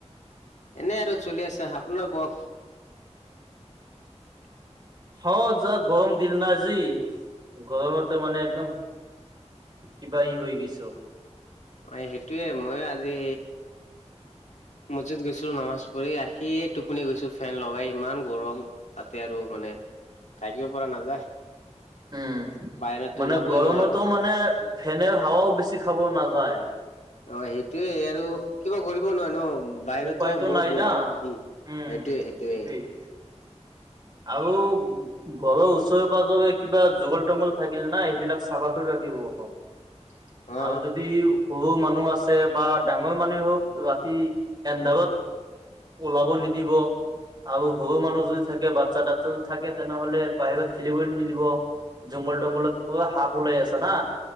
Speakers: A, on the left; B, on the right.
A: এনে আৰু চলি আছে আপোনাৰ কওঁক। <unintelligible>
B: অ', যা গৰম দিন না আজি গৰমেতে মানে একদম, কিবা ই হৈ গৈছ <unintelligible>
A: অ', সেইটোয়ে মই আজি মছজিদ গৈছিলো, নামাজ পৰি আহিয়ে টোপনি গৈছো ফেন লগাই ইমান গৰম তাতে আৰু মানে থাকিব পৰা নাযায়।
B: উম
A: বাহিৰতো
B: মানে
A: ওলাবই
B: গৰমতো
A: নোৱাৰো
B: মানে ফেনে হাৱাও বেছি খাব নাযায়।
A: অ', সেইটোয়ে আৰু, কিবা কৰিব নোৱাৰে ন' বাহিৰতো
B: উপায়তো
A: বহুত
B: নাই
A: গৰম
B: না
A: কি
B: উম
A: এইটোয়ে সেইটোয়ে।
B: সেইটোৱেই আৰু ঘৰৰ ওচৰে পাজৰে কিবা জংঘল তংঘল থাকিল না সেইবিলাক চাফা কৰি ৰাখিব।
A: <inaudible> অ অ
B: আৰু যদি শুব মাতে মানুহ আছে বা ডাঙৰ মানুহ হওঁক ৰাতি এন্ধাৰত ওলাব নিদিব আৰু সৰু মানুহ যদি থাকে ব <unintelligible> তাটো থাকে তেনেহ'লে বাহিৰত খেলিবলৈ নিদিব জংগল তংগলত পূৰা সাপ ওলাই আছে না,